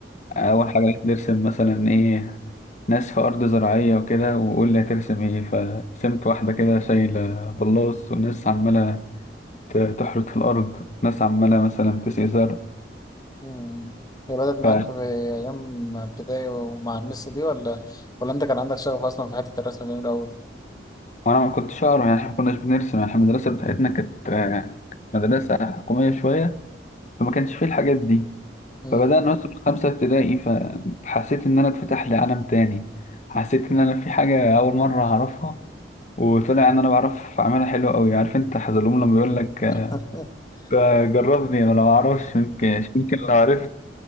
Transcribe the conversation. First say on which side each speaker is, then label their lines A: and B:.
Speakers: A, on the left (about 40°); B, on the left (about 20°).
A: أول حاجة بقيت نرسم مثلا إيه ناس في أرض زراعية وكده وقول لي هترسم إيه فرسمت واحدة كده شايلة بلاص وناس عمالة ت- تحرث في الأرض ناس عمالة مثلا تسقي زرع
B: مم. هي بدأت معاك
A: ف
B: في أيام ابتدائي ومع المس دي ولا ولا أنت كان عندك شغف أصلا في حتة الرسم ده من الأول؟
A: وانا ما كنتش اقرا يعني احنا ما كناش بنرسم يعني احنا المدرسه بتاعتنا كانت آه، مدرسه حكوميه شويه فما كانش فيه الحاجات دي
B: مم.
A: فبدانا نوصل خمسه ابتدائي فحسيت ان انا اتفتح لي عالم تاني حسيت ان انا في حاجه اول مره هعرفها وطلع ان انا بعرف اعملها حلوه قوي عارف انت حزلوم لما بيقول لك
B: <laughs>
A: آه، جربني انا ما اعرفش يمكن يمكن لو عرفت